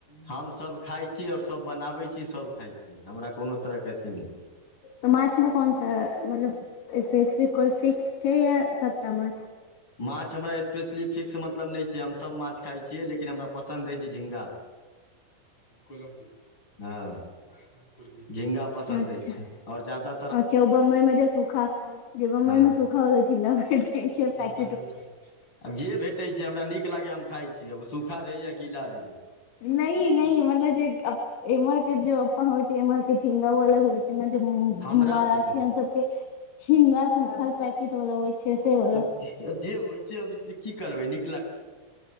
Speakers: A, on the left; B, on the left.
A: हमसब खाय छी और सब बनाबै छी सब खाय छी हमरा कोनो तरहके अथी नैय
B: तऽ माछमे कोन सा मतलब स्पेसिफिक कोय फिक्स छै या सबटा माछ?
A: माछ हमरा स्पेशली फिक्स मतलब नैय छै हम सब माछ खााय छियै लेकिन हमरा पसन्द अैछ झिंगा कोलंबी हँ झिंगा पसंन्द
B: अच्छा
A: अैछ ओर ज्यादा
B: अच्छा ओ बम्बई मे जे सूखा जे बम्बई
A: हँ
B: मे सूखा वला झींगा भेटै छै पैक
A: आबजे भेटै छै। हमरा नीक लागैयै हम खाय छी। आब ओसूखा रहे या गीला रहे।
B: नै नै मतलब जे अप एम्हर के जो अपन होइ छै एम्हर के झिंगा ऊ अलग होइ छै। एना जे महाराष्ट्रीयन
A: हमरा देखियौ
B: सब के छिंगल सुूखल पैकेट वाला छै से वाला
A: आब जे होइ छै आब की करबै नै